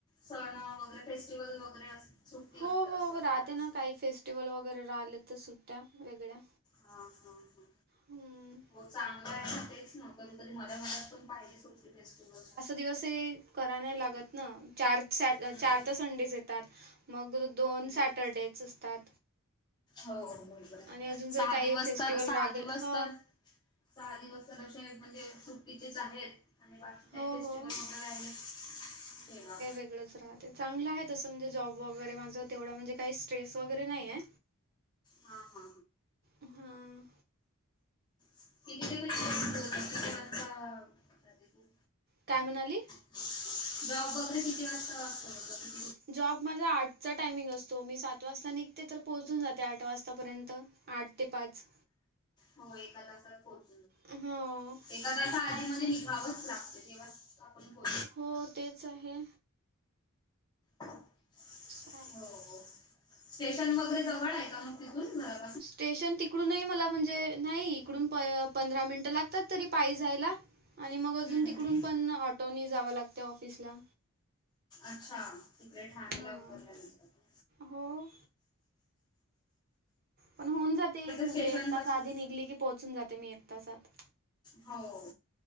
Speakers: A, on the left (about 20°); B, on the right (about 45°).
A: सण वगैरे फेस्टिवल वगैरे अस, सुट्टी
B: हो
A: असते असं
B: हो राहते
A: राहत
B: ना
A: असेल
B: काही फेस्टिवल वगैरे राहिले तर सुट्ट्या वेगळ्या
A: हा ह ह
B: हम्म.
A: हो चांगलं आहे ना तेच न, कधीतरी मला मनात पण पाहिजेच होटी फेस्टिवल,
B: दिवसे, करा नाही लागत ना चार, चार
A: हम्म
B: तर संडेज येतात मग दोन
A: हम्म
B: सॅटरडेच असतात.
A: हो हो सहा
B: आणि अजून जर काही
A: दिवस
B: फेस्टिवल
A: तर सहा
B: रागल
A: दिवस
B: ह
A: तर, सहा दिवस तर असे म्हणजे सुट्टीचेच आहेत. आणि बाकीही
B: हो
A: फेस्टिवल
B: हो
A: मध्ये राहिले ठेवा.
B: सगळच राहतय चांगलं आहे तसं म्हणजे जॉब वगैरे माझं तेवढं म्हणजे काही स्ट्रेस वगैरे नाहीे.
A: हा हा.
B: हम्म.
A: <unintelligible> किती वाजता जाते बोल
B: काय म्हणाली?
A: जॉब वगैरे किती वाजता असतं म्हटलं.
B: जॉब माझा आठचा टायमिंग असतो. मी सात वाजता निघते, तर पोहोचून जाते आठ वाजता पर्यंत. आठ ते पाच.
A: हो. एका तासात पोहचतो
B: हम्म.
A: जरासं आधी मधी निभावच लागते, तेव्हा आपण बोल
B: हो तेच आहे
A: हो.
B: साय
A: स्टेशन वगैरे जवळ आहे का मग तिथून? बरा
B: स्टेशन ती इकडूनही मला म्हणजे, नाही, इकडून प-पंधरा मिनिटं लागतात तरी पाई जायला. आणि
A: हम्म,
B: मग अजून तिकडून
A: हम्म.
B: पण ऑटोनी जावं लागतय ऑफिसला.
A: अच्छा. तिकडे ठाणेला
B: हां
A: उतरणारेस का तु?
B: हो पण होऊन जाते. म्हणजे,
A: स्टेशन
B: एक तास
A: पासून
B: आधी निघली की पोहोचून जाते मी एक तासात.
A: हो.